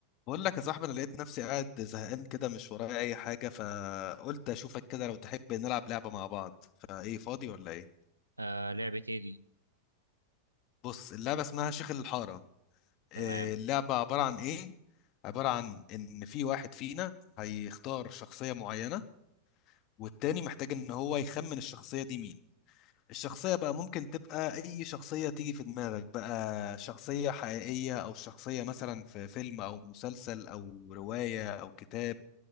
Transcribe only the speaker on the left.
بقول لك يا صاحبي انا لقيت نفسي قاعد زهقان كده مش ورايا اي حاجه فقلت اشوفك كده لو تحب نلعب لعبه مع بعض فايه فاضي ولا ايه
بص اللعبه اسمها شيخ الحاره
إيه، اللعبه عباره عن ايه عباره عن ان في واحد فينا هيختار شخصيه معينه والتاني محتاج ان هو يخمن الشخصيه دي مين الشخصيه بقى ممكن تبقى اي شخصيه تيجي في دماغك بقى شخصيه حقيقيه او شخصيه مثلا في فيلم او مسلسل او روايه او كتاب